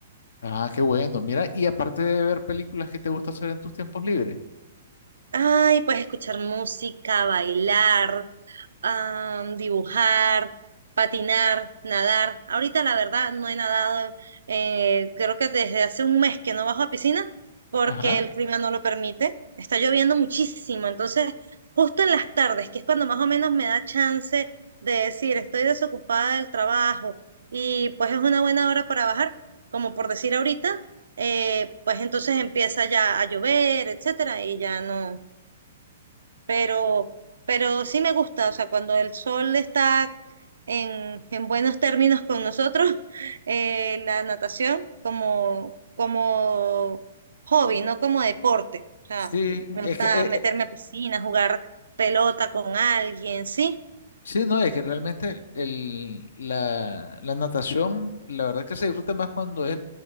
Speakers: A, on the left (about 70°); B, on the right (about 75°).
A: Ah, qué bueno, mira, y aparte de ver películas que te gusta hacer en tus tiempos libres.
B: Ay, puedes escuchar música, bailar, ah, dibujar, patinar, nadar. Ahorita la verdad no he nadado, eh, creo que desde hace un mes que no bajo a piscina porque
A: Ajá.
B: el clima no lo permite. Está lloviendo muchísimo, entonces justo en las tardes, que es cuando más o menos me da chance de decir estoy desocupada del trabajo y pues es una buena hora para bajar, como por decir ahorita, eh, pues entonces empieza ya a llover, etcétera, y ya no pero, pero sí me gusta, o sea, cuando el sol está en, en buenos términos con nosotros, <laughs> eh, la natación como, como hobby, no como deporte. O sea,
A: Sí,
B: me
A: es
B: gusta
A: que, eh,
B: meterme
A: eh,
B: a piscina, jugar pelota con alguien, sí,
A: sí, no, es que realmente el, el- la, la natación, la verdad que se disfruta más cuando es